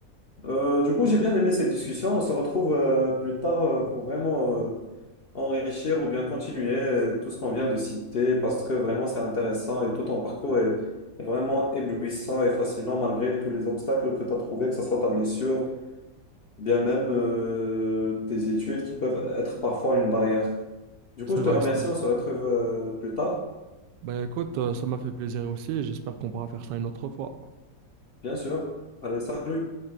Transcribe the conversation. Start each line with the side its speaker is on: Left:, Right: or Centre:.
Left: Euh, du coup, j'ai bien aimé cette discussion. On se retrouve euh, plus tard euh, pour vraiment euh, enrichir ou bien continuer euh, tout ce qu'on vient de citer parce que vraiment c'est intéressant et tout ton parcours est, est vraiment éblouissant et fascinant malgré tous les obstacles que tu as trouvés, que ce soit ta blessure bien même euh, tes études qui peuvent être parfois une barrière. Du
Right: C'est
Left: coup, je
Right: vrai,
Left: te remercie,
Right: Samy.
Left: on se retrouve euh, plus tard,
Right: Ben écoute, euh, ça m'a fait plaisir aussi et j'espère qu'on pourra faire ça une autre fois.
Left: bien sûr. Allez, salut.